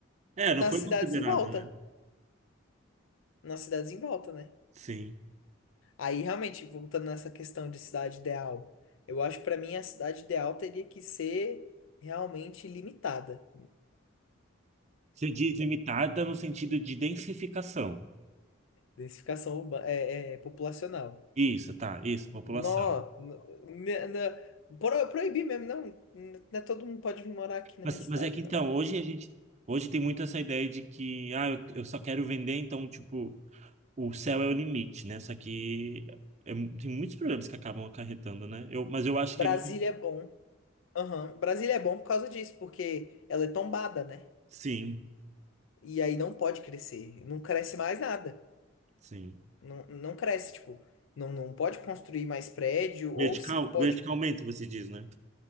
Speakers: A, on the right; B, on the left.
A: É,
B: nas
A: não foi
B: cidades
A: considerado,
B: em volta.
A: né?
B: Nas cidades em volta, né?
A: Sim.
B: Aí, realmente, voltando nessa questão de cidade ideal, eu acho que pra mim a cidade ideal teria que ser realmente limitada.
A: Você diz limitada no sentido de densificação.
B: Densificação urbana, é, é, populacional.
A: Isso, tá, isso, população.
B: Nó, n- me- na- pro- proibir mesmo, não. N- Não é todo mundo pode vir morar aqui na
A: Mas,
B: minha cidade,
A: mas é que então,
B: não.
A: hoje a gente. Hoje tem muito essa ideia de que, ah, eu, eu só quero vender, então, tipo. o céu é o limite, né? Só que é mu- tem muitos problemas que acabam acarretando, né? Eu, mas eu acho
B: Brasília
A: que é. mi-
B: é bom. Aham. Brasília é bom por causa disso, porque ela é tombada, né?
A: Sim,
B: E aí não pode crescer. Não cresce mais nada.
A: sim.
B: Não, não cresce, tipo, não, não pode construir mais prédio, ou
A: Vertical,
B: se pode.
A: verticalmente, você diz, né?